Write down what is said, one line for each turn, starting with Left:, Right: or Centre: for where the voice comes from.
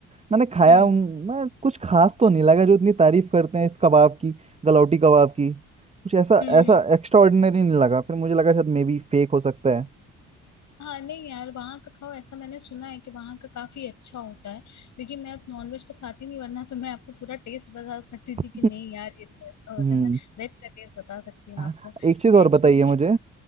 Right: मैंने खाया
Left: हम्म
Right: हूँ, मैं कुछ खास तो नहीं लगा जो इतनी तारीफ करते हैं इस कबाब की गलौटी कबाब की कुछ ऐसा
Left: हम्म
Right: ऐसा
Left: हम्म
Right: एक्स्ट्रा ऑर्डिनरी नहीं लगा फिर मुझे लगा शायद मे बी फेक हो सकता है
Left: हाँ नहीं यार वहाँ का खाओ ऐसा मैंने सुना है कि वहाँ का काफी अच्छा होता है क्योंकि मैं अब नॉनवेज तो खाती नहीं वरना तो मैं आपको पूरा टेस्ट बता सकती थी
Right: <laughs>
Left: कि नहीं यार ये तो अच्छा होता
Right: हम्म
Left: है मैं वेज का टेस्ट बता सकती हूँ
Right: हाँ,
Left: आपको
Right: एक चीज़
Left: वेज
Right: और बताइए
Left: में
Right: मुझे